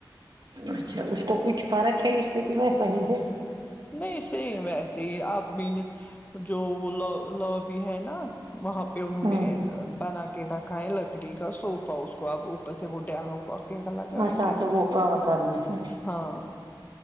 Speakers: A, on the right; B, on the left.
A: اچھا
B: تو
A: اس کو کچھ فرق ہے جس سے کہ ویسے ہی ہے
B: نہیں سیم ویسے ہی اب مینز جو وہ ل لوبی ہے نا وہاں پہ انہوں
A: ہوں
B: نے بنا کے رکھا ہے لگ لکڑی کا سوفا اس کو آپ اوپر سے وہ ڈلوں پ آے لگائیں
A: اچھا
B: گے
A: اچھا وہ کور کرنا ہے
B: ہاں